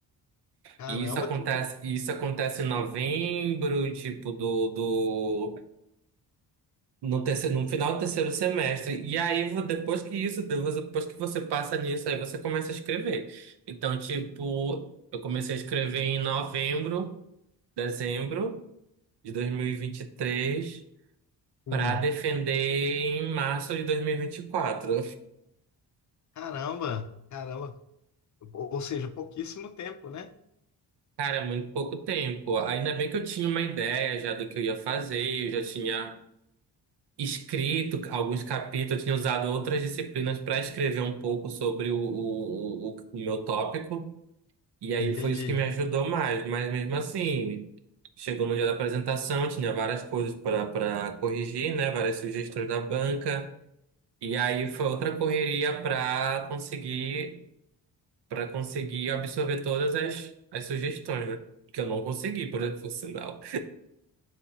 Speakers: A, on the left (about 45°); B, on the right (about 70°).
A: caramba,
B: E isso acontece,
A: que.
B: isso acontece em novembro, tipo, do, do, no terceiro, no final do terceiro semestre. E aí, vo- depois que isso, depois depois que você passa nisso, aí você começa a escrever. Então, tipo, eu comecei a escrever em novembro, dezembro de 2023,
A: Sim.
B: para defender em março de 2024.
A: Caramba, caramba. Ou ou seja, pouquíssimo tempo, né?
B: Cara, é muito pouco tempo. Ainda bem que eu tinha uma ideia já do que eu ia fazer, eu já tinha escrito alguns capítulos, eu tinha usado outras disciplinas para escrever um pouco sobre o, o, o, o meu tópico, e aí
A: Entendi.
B: foi isso que me ajudou mais. Mas mesmo assim, chegou no dia da apresentação, tinha várias coisas para para corrigir, né? Várias sugestões da banca, e aí foi outra correria para conseguir para conseguir absorver todas as, as sugestões, né? Que eu não consegui, por, por sinal.